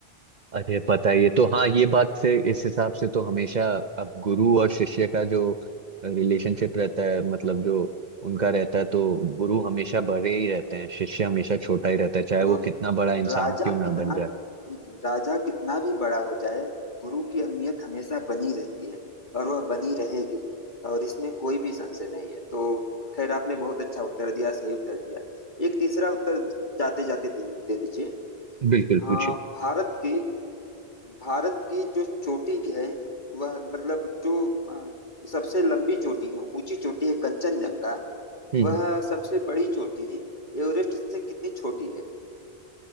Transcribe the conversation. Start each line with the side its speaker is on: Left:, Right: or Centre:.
Right: अरे पता ही है तो हाँ ये बात से इस हिसाब से तो हमेशा अब गुरु और शिष्य का जो रिलेशनशिप रहता है मतलब जो उनका रहता है तो गुरु हमेशा बड़े ही रहते हैं शिष्य हमेशा छोटा ही रहता है चाहे
Left: तो
Right: वो कितना बड़ा इंसान
Left: राजा
Right: क्यों ना
Left: कितना
Right: बन जाए
Left: राजा कितना भी बड़ा हो जाए गुरु की अहमियत हमेशा बनी रहती है और वह बनी रहेगी और इसमें कोई भी संशय नहीं है तो खैर आपने बहुत अच्छा उत्तर दिया सही उत्तर दिया एक तीसरा उत्तर जाते जाते दे, दे दीजिए
Right: बिल्कुल
Left: हाँ
Right: पूछिए
Left: भारत के भारत की जो चोटी है वह मतलब जो अ, सबसे लंबी चोटी है ऊंची चोटी है कंचनजंगा
Right: हम्म
Left: वह सबसे बड़ी चोटी एवरेस्ट से कितनी छोटी है